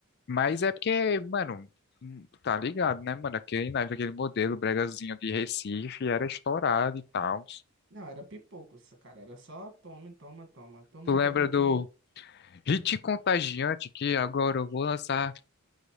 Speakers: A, on the left (about 50°); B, on the right (about 55°).
A: Mas é porque, mano, hum, tá ligado, né, mano? Aquele, na época, aquele modelo bregazinho de Recife era estourado e tal.
B: Não, era pipoco, essa cara. Era só toma, toma, toma, toma,
A: Tu lembra
B: toma,
A: do
B: toma.
A: Hit Contagiante que agora eu vou lançar?